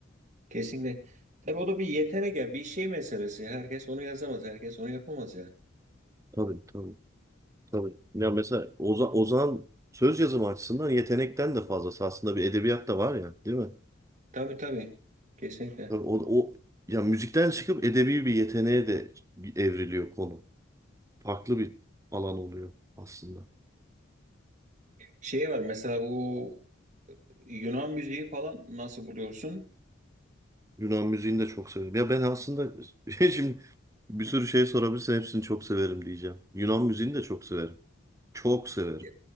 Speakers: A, on the right (about 40°); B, on the right (about 15°).
A: Kesinlikle. Tabii o da bir yetenek ya, bir şey meselesi. Herkes onu yazamaz, herkes onu yapamaz yani.
B: Tabii tabii. Tabii. Ya mesela Oza- Ozan söz yazımı açısından yetenekten de fazlası aslında bir edebiyat da var ya, değil mi?
A: Tabii tabii. Kesinlikle.
B: Tabii o, o ya müzikten çıkıp edebi bir yeteneğe de evriliyor konu. Farklı bir alan oluyor aslında.
A: Şey var mesela bu Yunan müziği falan nasıl buluyorsun?
B: Yunan müziğini de çok severim. Ya ben aslında <laughs> şimdi bir sürü şey sorabilirsin hepsini çok severim diyeceğim. Yunan müziğini de çok severim. Çok severim.
A: Ya,